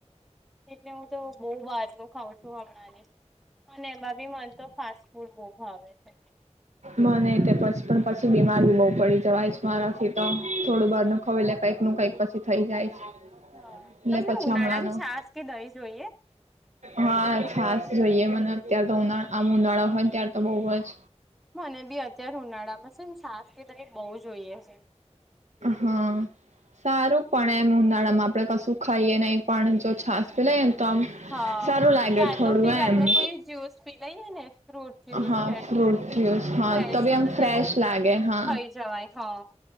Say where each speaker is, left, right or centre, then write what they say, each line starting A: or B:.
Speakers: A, in the centre; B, on the right.
A: એટલે હું તો બઉ બાર લોકો હઉ છું હમણાં ને અને બાભી મન તો ફાસ્ટ ફૂડ બઉ ભાવે છે.
B: મને ત બચપણ પછી પછી બીમારી બહુ પડી જવાય છ મારાથી તો થોડું બારનું ખવેલ કઈકનું કંઈક પછી થઈ જાય છે.
A: હ
B: એટલે
A: તમને
B: પછી
A: ઉનાળાની
B: હમણાંનું
A: છાસ કે દહી જોઈએ?
B: હા છાસ જોઈએ મ અત્યારે તો ઉનાળા આમ ઉનાળા હોય ત્યારે તો બઉ જ
A: મને બી અત્યારે ઉનાળામાં સે ને છાસ કે દહીં બઉ જોઈએ છે
B: હા સારું પણ એમ ઉનાળામાં આપણે કશું ખાઈએ નહીં પણ જો છાસ પી લઈએ ને તો આમ
A: હા
B: સારું લાગે
A: ત્યાં
B: થોડું
A: તો ફીર
B: એમ
A: આપડે કોઈ જ્યુસ પી લઈએ ને ફ્રૂટ જ્યુસ
B: હા
A: છે.
B: ફ્રૂટ જ્યુસ હા
A: ફ્રેશ
B: તો ભી
A: જ્યુસ
B: આમ ફ્રેશ
A: એવું
B: લાગે હા.
A: થઈ જવાય હા.